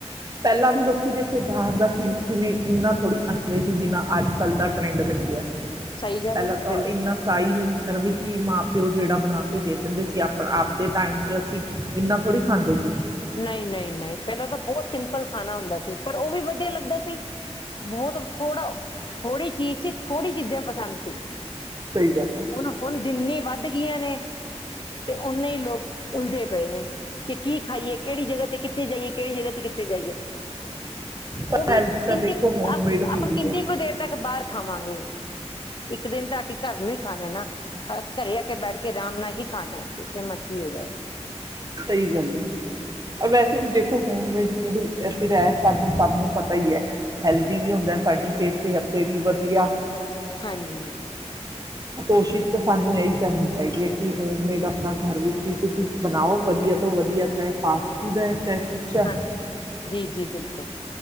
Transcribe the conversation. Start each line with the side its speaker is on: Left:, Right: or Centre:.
Right: ਪਹਿਲਾਂ ਵੀ ਲੋਕੀ ਦੇਖੋ ਬਾਹਰ ਦਾ ਕਿ ਕਿਵੇਂ ਇੰਨਾ ਥੋੜ੍ਹੀ ਖਾਂਦੇ ਸੀ। ਜਿੰਨਾ ਅੱਜ ਕੱਲ੍ਹ ਦਾ ਟਰੈਂਡ ਬਣ ਗਿਆ।
Left: ਸਹੀ ਗੱਲ
Right: ਪਹਿਲਾਂ
Left: ਹੈ
Right: ਤਾਂ
Left: ਬਿਲਕੁਲ
Right: ਇੰਨਾ ਸਾ ਹੀ ਨਹੀਂ। ਘਰ ਵਿੱਚ ਹੀ ਮਾਂ ਪਿਓ ਜਿਹੜਾ ਬਣਾ ਕੇ ਦੇ ਦਿੰਦੇ ਸੀ ਆਪ ਆਪਦੇ ਟਾਈਮ ਚ ਅਸੀਂ ਇੰਨਾ ਥੋੜ੍ਹੀ ਖਾਂਦੇ ਸੀ।
Left: ਨਹੀਂ ਨਹੀਂ ਨਹੀਂ ਪਹਿਲਾਂ ਤਾਂ ਬਹੁਤ ਸਿੰਪਲ ਹੈਨਾ ਹਮ। ਹੈਸੀ ਪਰ ਉਹ ਵੀ ਵਧੀਆ ਲੱਗਦਾ ਸੀ। ਬਹੁਤ ਥੋੜਾ, ਥੋੜ੍ਹੀ ਚੀਜ਼ ਸੀ। ਥੋੜ੍ਹੀ ਚੀਜ਼ਾਂ ਪਸੰਦ ਸੀ।
Right: ਸਹੀ ਗੱਲ ਹੈ
Left: ਹੁਣ ਹੁਣ ਜਿੰਨੀ ਵੱਧ ਗਈਆਂ ਨੇ ਤੇ ਉਨੇ ਹੀ ਲੋਕ ਉਲਝੇ ਪਏ ਨੇ ਕਿ ਕੀ ਖਾਈਏ। ਕਿਹੜੀ ਜਗ੍ਹਾ ਤੇ ਕਿੱਥੇ ਜਾਈਏ ਕਿਹੜੀ ਜਗ੍ਹਾ ਤੇ ਕਿੱਥੇ ਜਾਈਏ
Right: ਪਰ
Left: ਉਹ ਵੀ
Right: ਹੈਲਦੀ
Left: ਕਿੰਨੀ
Right: ਤਾਂ ਦੇਖੋ
Left: ਕੁ
Right: ਹੋਮਮੇਡ
Left: ਆਪ
Right: ਫੂਡ
Left: ਆਪਾਂ
Right: ਹੀ
Left: ਕਿੰਨੀ
Right: ਹੈ
Left: ਕੁ ਦੇਰ ਤੱਕ ਬਾਹਰ ਖਾਵਾਂਗੇ। ਇੱਕ ਦਿਨ ਤਾਂ ਆਕੇ ਘਰ ਨੂੰ ਹੀ ਖਾਣੇ ਨਾ। ਘਰੇ ਆ ਕੇ ਬੈਠ ਕੇ ਆਰਾਮ ਨਾਲ ਹੀ। ਖਾਣਾ ਏ ਜਿੱਥੇ ਮਰਜ਼ੀ ਹੋ ਜਾਵੇ।
Right: ਸਹੀ ਗੱਲ ਹੈ। ਵੈਸੇ ਵੀ ਦੇਖੋ। ਹੋਮਮੇਡ ਫੂਡ ਫਿਰ ਐ ਸਾਨੂੰ ਸਭ ਨੂੰ ਪਤਾ ਹੀ ਹੈ। ਹੈਲਦੀ ਵੀ ਹੁੰਦਾ ਸਾਡੀ ਸਿਹਤ ਲਈ ਵੀ ਵਧੀਆ।
Left: ਹਾਂਜੀ।
Right: ਕੋਸ਼ਿਸ਼ ਤਾਂ ਸਾਨੂੰ ਇਹੀ ਕਰਨੀ ਚਾਹੀਦੀ ਐ। ਕਿ ਹੋਮਮੇਡ ਆਪਣਾ ਘਰ ਵਿੱਚ ਹੀ ਤੁਸੀਂ ਬਣਾਓ ਵਧੀਆ ਤੋਂ ਵਧੀਆ ਚਾਹੇ ਫਾਸਟ ਫੂਡ ਐ ਚਾਹੇ ਕੁਛ ਹੈ
Left: ਹਾਂ, ਜੀ ਜੀ ਬਿਲਕੁਲ